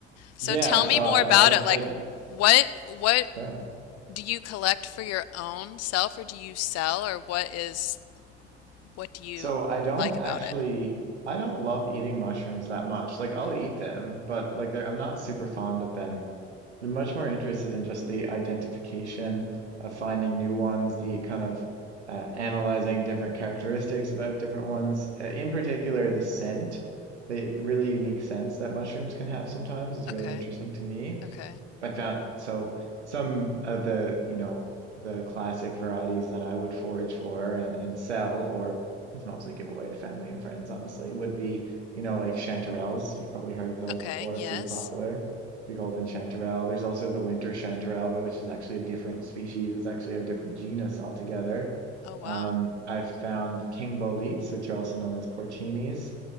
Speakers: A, on the left; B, on the right.
A: So
B: Yeah,
A: tell
B: so
A: me more
B: I
A: about
B: I
A: it. Like
B: I
A: what what
B: sure.
A: do you collect for your own self or do you sell or what is what do you
B: so I don't
A: like
B: actually
A: about it?
B: I don't love eating mushrooms that much. Like I'll eat them, but like they're, I'm not super fond of them. I'm much more interested in just the identification of finding new ones, the kind of uh, analyzing different characteristics about different ones, uh, in particular the scent, the really unique scents that mushrooms can have sometimes is
A: Okay.
B: really interesting to me.
A: Okay.
B: I found so some of the, you know, the classic varieties that I would forage for and, and sell or just mostly give away to family and friends, honestly, would be, you know, like chanterelles. You've probably heard of those
A: Okay.
B: before,
A: Yes.
B: pretty popular. The golden chanterelle. There's also the winter chanterelle, which is actually a different species. It's actually a different genus altogether.
A: Oh, wow.
B: Um, I've found king boletes, which are also known as porcinis